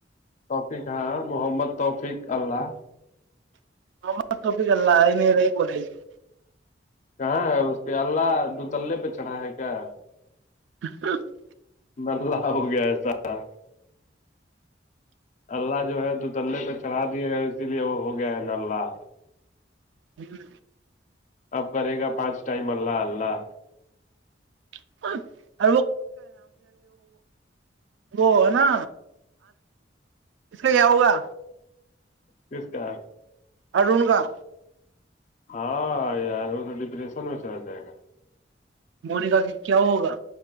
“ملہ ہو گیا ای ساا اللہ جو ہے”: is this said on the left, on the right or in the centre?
Left